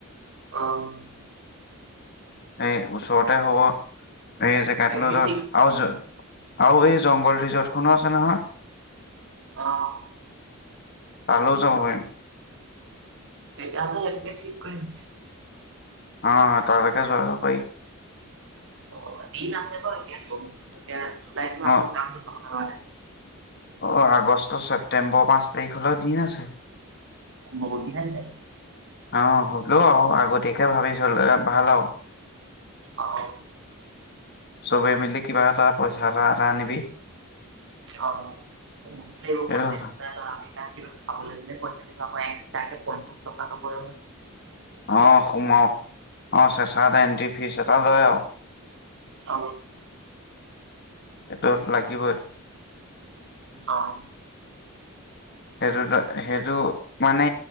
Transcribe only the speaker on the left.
সেই ওচৰতে হ'ব সেই জেগাটো
লৈ যোৱা
আৰু আৰু এই জংঘল ৰিজৰ্টখনো আছে নহয়
তালৈও যাব পাৰিম
অ তাৰ লৈকে যোৱা যাব পাৰি
অ
অ আগষ্ট ছেপ্টেম্বৰ পাঁচ তাৰিখ লৈ দিন আছে
অ হ'লেও আৰু আগতীয়াকে ভাবি থলে ভাল আৰু
চবে মিলি কিবা এটা পইচা এটা এটা আনিবি
এইটো
কথা
অ সোমাওক অ চেঁচাত এটা এণ্ট্ৰি ফীচ এটা লৈ আক
সেইটো লাগিবই
সেইটোতো সেইটো মানে